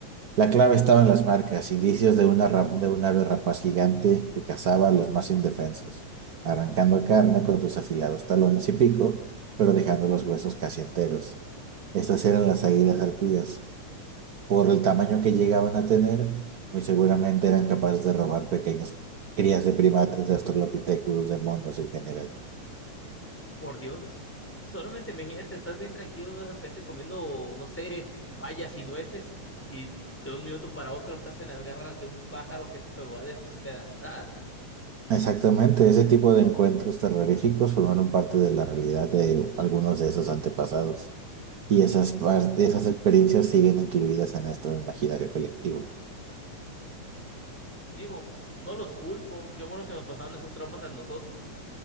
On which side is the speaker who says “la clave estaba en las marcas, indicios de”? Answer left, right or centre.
Right